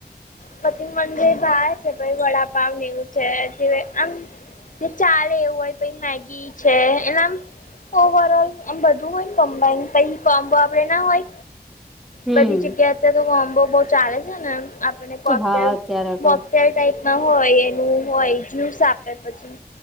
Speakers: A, on the left (about 50°); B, in the centre.
A: પછી મંદંદર ભા છે ભ વડાપાવને એવું છે આમ ચાલે એવું હોય પ મેગી છે એનામ ઓવર ઓલમ બધું હોય કમ્બાાઈન પ કોમ્બો આપડે ના હોય
B: હમ
A: બધી જગ્યા અત્યારે તો કોમ્બો બહ ચાલે છે ને. મ કોક
B: હા અત્યારે તો
A: હોટેલ ટાઈપમાં હોય એનું હોય જ્યુસ આપે પછી